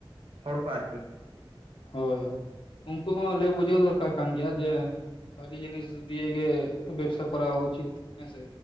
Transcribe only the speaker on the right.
ᱦᱚᱲ ᱠᱚ ᱟᱨᱠᱤ᱾